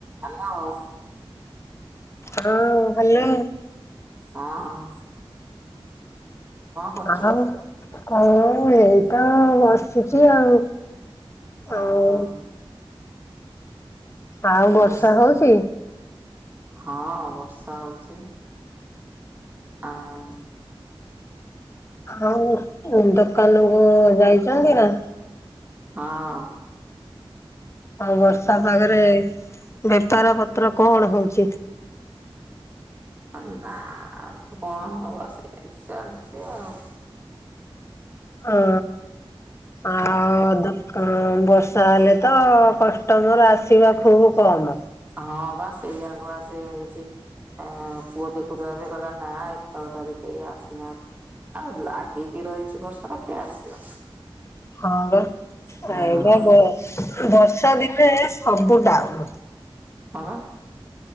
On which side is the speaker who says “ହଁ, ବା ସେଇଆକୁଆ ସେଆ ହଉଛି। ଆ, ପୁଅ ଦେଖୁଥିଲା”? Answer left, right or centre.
Right